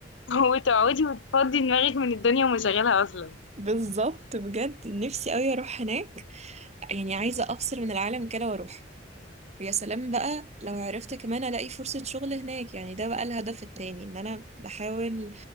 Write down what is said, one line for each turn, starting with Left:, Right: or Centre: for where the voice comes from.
Left: <laughs> وتقعدي وتفضي دماغك من الدنيا ومشغلها اصلا
Right: بالظبط بجد نفسي قوي اروح هناك يعني عايزة افصل من العالم كده واروح ويا سلام بقى لو عرفت كمان الاقي فرصة شغل هناك يعني ده بقى الهدف التاني ان انا بحاول